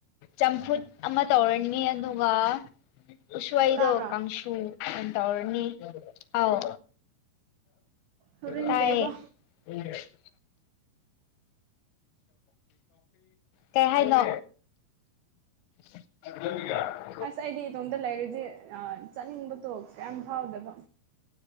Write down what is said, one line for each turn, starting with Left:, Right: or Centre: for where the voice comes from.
Left: ꯆꯝꯐꯨꯠ ꯑꯃ ꯇꯧꯔꯅꯤ ꯑꯗꯨꯒ ꯎꯁ꯭ꯋꯣꯏꯗꯣ
Right: ꯇꯥꯕ꯭ꯔꯣ
Left: ꯀꯥꯡꯁꯨ ꯇꯨ ꯑꯣꯏꯟ ꯇꯧꯔꯅꯤ ꯑꯧ
Right: ꯍꯣꯔꯦꯟ
Left: ꯇꯥꯏꯌꯦ
Right: ꯀꯩꯕ
Left: <unintelligible> ꯀꯩ ꯍꯥꯏꯅꯣ <unintelligible>
Right: ꯑꯁ ꯑꯩꯗꯤ ꯏꯇꯣꯝꯗ ꯂꯩꯔꯗꯤ ꯑ ꯆꯠꯅꯤꯡꯕꯗꯣ ꯀꯌꯥꯝ ꯐꯥꯎꯗꯕ